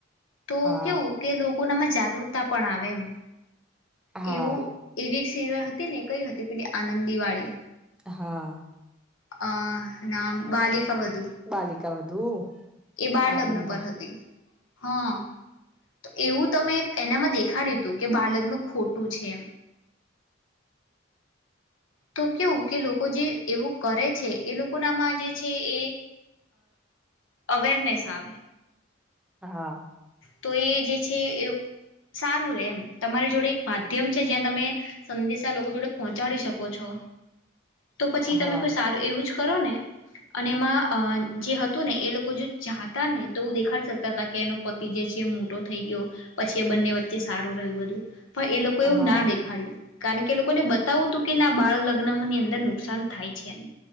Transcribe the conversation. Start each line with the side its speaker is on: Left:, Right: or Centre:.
Left: તો
Centre: હા
Left: કેવું કે લોકો કોનામાં જાગૃતતા પણ આવે એમ
Centre: હા
Left: એવું-એવી સીરીયલ હતી ને એક કઈ હતી પેલી આનંદી વાળી
Centre: હા.
Left: અ નામ બાલિકા બધું.
Centre: બાલિકા વધુ. <inaudible>
Left: એ બાર
Centre: બાળ
Left: લગ્ન
Centre: વિવાહ
Left: પર હતી. હા તો એવું તમે એનામાં દેખાડ્યું હતું કે બાળ લગ્ન ખોટું છે. તો કેવું કે લોકો જે એવું કરે છે એ લોકોનામાં જે છે એ અવેરનેસ આવે.
Centre: હા.
Left: તો એ જે છે એ સારું રે એમ તમારી જોડે એક માધ્યમ છે, જ્યાં તમે સંદેશા લોકો જોડે પહોંચાડી શકો છો. તો પછી
Centre: હા
Left: તમે કોઈ સારું એવું જ કરો ને અને એમાં જે હતું ને એ લોકો જો જાતા ને તોું દેખાડી શકતા કતા હતા કે એનો પતિ જે છે થઈ ગયો પછી, એ બંને વચ્ચે ચે સારું રહ્યું બધું. પણ એ લોકો એવું
Centre: હા
Left: ના દેખાડ્યું. કારણ કે લોકોને બતાવું હતું કે ના બાળ લગ્ન ની અંદર નુકસાન થાય છે એમ